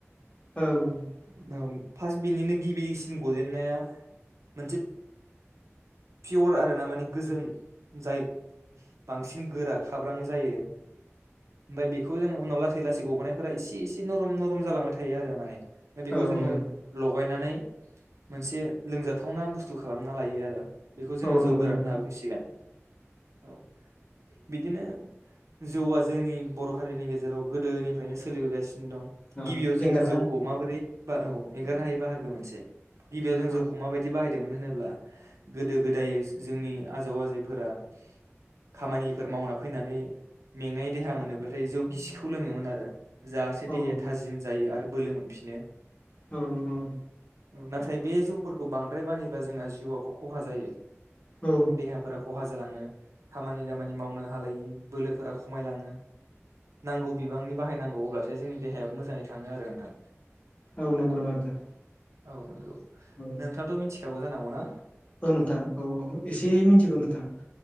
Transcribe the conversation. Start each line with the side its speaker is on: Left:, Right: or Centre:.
Left: औ
Right: औ फास्थ बिनिनो गिबि सिन गजेननाया मोनसे पियर आरो ना माने गोजों जाय बांसिन गोरा खाब्रां जायो ओमफाय बेखौ जों उनाव लासै लासै गबनायफोरा एसे इसे नरम नरम जालांबाय थायो आरो माने। दा बेखौ
Left: औ
Right: जोङो लगायनानै मोनसे लोंजाथावना बुस्थु खालामना लायो आरो। बेखौ जोङो
Left: औ
Right: जौ
Left: नंगौ
Right: गोरान
Left: नोंथां
Right: होनना बुंसिगोन औ। बिदिनो जौआ जोंनि बर' हारिनि गेजेराव गोदोनिफ्रायनो सोलिबोगासिनो दं
Left: औ
Right: गिबियाव जोङो
Left: एंगारनाय
Right: जौखौ माबोरै बा औ एंगारनो हायो बाहागो मोनसे गिबियाव जों
Left: औ
Right: जौखौ माबायदि बाहायो? मोन होनोब्ला गोदो गोदाय जोंनि आजौ आजैफोरा खामानिफोर मावना फैनानै मेंनाय देहा मोनोब्लाथाय जौ गिसिखौ लोङोमोन आरो जाहासे
Left: औ
Right: देहाया थाजिम जायो आरो बोलो मोनफिनो।
Left: औ नंगौ
Right: नाथाय बे जौफोरखौ बांद्राय बाहायोब्ला जोंहा जिउआबो खहा जायो।
Left: औ
Right: देहाफोरा खहा जालाङो। खामानि दामानि मावनो हालायि बोलोफोरा खमायलाङो नांगौ बिबांनि बाहायनांगौ अब्लाथाय जोंनि देहाया मोजाङै थाङो आरो नोंथां।
Left: औ नंगौ नामा नोंथां?
Right: औ नंगौ।
Left: औ
Right: नोंथाङा मिथि <unintelligible> जानो हागौ ना?
Left: औ नोंथां औ एसे मिथिगौ नोंथां